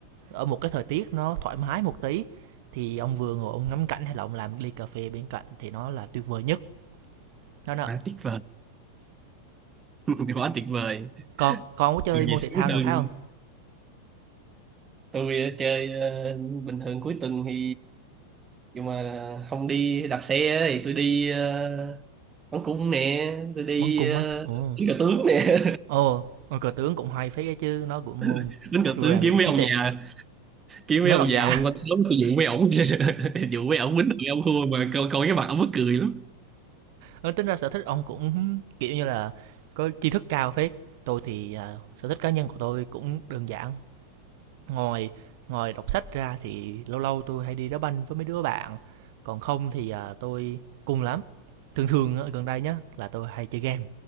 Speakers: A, on the right; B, on the right.
A: ở một cái thời tiết nó thoải mái một tí, thì ông vừa ngồi ông ngắm cảnh hay là ông làm một ly cà phê bên cạnh thì nó là tuyệt vời nhất. Đó nè,
B: à, tiếc vời <laughs> quá tuyệt vời
A: còn còn có chơi
B: Điều
A: môn
B: gì sướng
A: thể thao
B: hơn
A: nào khác không
B: tôi ờ, chơi ờ, bình thường cuối tuần thì nhưng mà không đi đạp xe thì tôi đi ờ, bắn cung nè tôi đi
A: Bắn cung
B: ờ,
A: á? Ồ,
B: đánh cờ tướng nè
A: ồ, ờ, cờ tướng cũng hay phết ấy chứ, nó cũng môn
B: <laughs> đánh cờ
A: rèn
B: tướng
A: luyện
B: kiếm mấy
A: trí
B: ông
A: tuệ.
B: già kiếm
A: Mấy
B: mấy ông
A: bạn già
B: già mà qua tôi tôi dụ mấy ổng <laughs> dụ mấy ổng quýnh mấy ông khua mà coi, coi cái mặt ổng mắc cười lắm
A: Nói tính ra sở thích ông cũng kiểu như là có tri thức cao phết. Tôi thì à, sở thích cá nhân của tôi cũng đơn giản. Ngoài ngoài đọc sách ra thì lâu lâu tôi hay đi đá banh với mấy đứa bạn. Còn không thì à, tôi cùng lắm. Thường thường ở gần đây nhá là tôi hay chơi game.